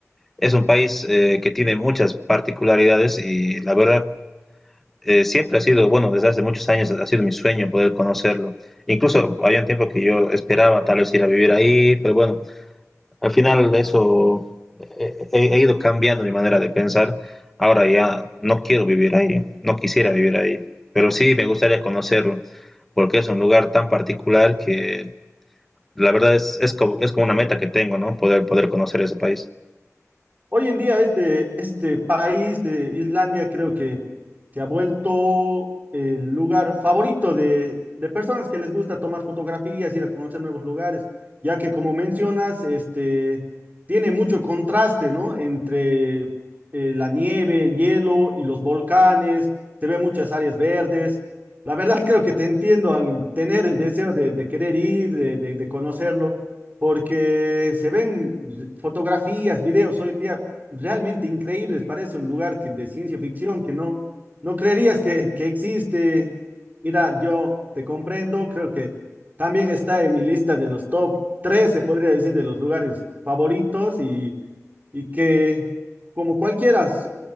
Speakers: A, in the centre; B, on the right.
A: Es un país eh, que tiene muchas particularidades y la verdad eh, siempre ha sido, bueno, desde hace muchos años ha sido mi sueño poder conocerlo. Incluso había un tiempo que yo esperaba tal vez ir a vivir ahí, pero bueno, al final eso eh, he, he ido cambiando mi manera de pensar. Ahora ya no quiero vivir ahí, no quisiera vivir ahí, pero sí me gustaría conocerlo porque es un lugar tan particular que la verdad es, es, como, es como una meta que tengo, ¿no? Poder, poder conocer ese país.
B: Hoy en día este, este país, eh, Islandia, creo que se ha vuelto el lugar favorito de, de personas que les gusta tomar fotografías, ir a conocer nuevos lugares, ya que como mencionas, este, tiene mucho contraste, ¿no? Entre eh, la nieve, el hielo y los volcanes, se ve muchas áreas verdes. La verdad <laughs> creo que te entiendo al tener el deseo de, de querer ir, de de- de conocerlo porque se ven fotografías, videos hoy en día realmente increíbles, parece un lugar que- de ciencia ficción que no, no creerías que, que existe. Mira, yo te comprendo, creo que también está en mi lista de los top 3, se podría decir, de los lugares favoritos y, y que como cualquiera su-